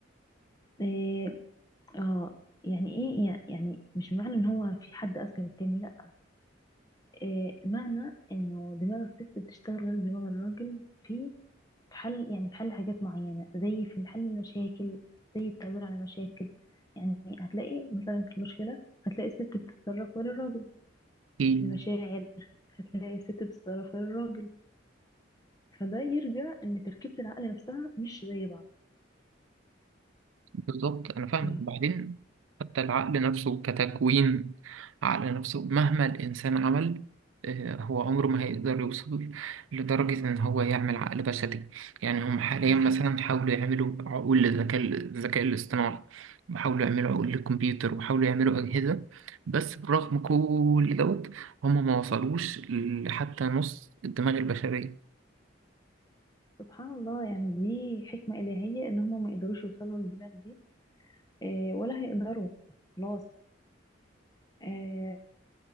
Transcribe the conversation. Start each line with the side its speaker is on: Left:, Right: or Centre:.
Left: إيه اه يعني ايه يع- يعني مش معنى ان هو في حد اذكى من التاني لا إيه معنى انه دماغ الست بتشتغل غير دماغ الراجل في في حل يعني في حل حاجات معينة زي في حل المشاكل زي التعبير عن المشاكل يعني هتلاقي مثلا في المشكلة هتلاقي الست بتتصرف غير الراجل
Right: شغل
Left: في المشاعر هتلاقي الست بتتصرف غير الراجل فده يرجع ان تركيبة العقل نفسها مش زي بعض
Right: بالظبط انا فاهمك
Left: ف
Right: وبعدين حتى العقل نفسه كتكوين عقل نفسه مهما الانسان عمل آه، هو عمره ما هيقدر يوصل لدرجة إن هو يعمل عقل بشري يعني هم حاليا
Left: بالظبط
Right: مثلا حاولوا يعملوا عقول للذكاء الذكاء الاصطناعي وحاولوا يعملوا عقول للكمبيوتر وحاولوا يعملوا أجهزة بس برغم كل دوت هم ما وصلوش لحتى نص الدماغ البشرية
Left: سبحان الله يعني دي حكمة إلهية ان هما ما يقدروش يوصلوا للدماغ دي آه، ولا هيقدروا خلاص آه،